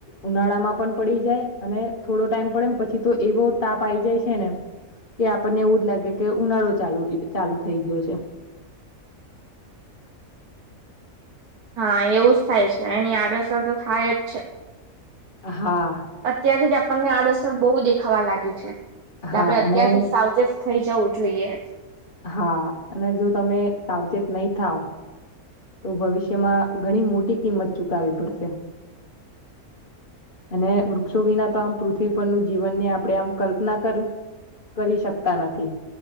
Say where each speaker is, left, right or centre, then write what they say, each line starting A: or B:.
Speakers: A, on the left; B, on the right.
A: ઉનાળા માં પણ પડી જાય અને થોડો ટાઈમ પડે પછી તો એવો તાપ આઈ જાય છે ને કે આપણને એવું જ લાગે કે ઉનાળો ચાલુ રી ચાલુ થઈ ગયો છે. <inaudible>
B: હા, એવું જ થાય છે એની આડઅસણ તો થાય જ છે.
A: હા
B: અત્યારથી જ આપણને આ દસર બહુ દેખાવા લાગી છે. એટલે
A: હા
B: આપણે અત્યારથી
A: અને
B: સાઉ જસ્ટ થઈ જવું જોઈએ.
A: હા, અને જો તમે સાવચેત નહી થાવ તો ભવિષ્યમાં ઘણી મોટી કિંમત ચુકાવી પડશે. અને વૃક્ષો વિના તો આમ પૃથ્વી પરનું જીવનની આપણે આમ કલ્પના કર કરી શકતા નથી.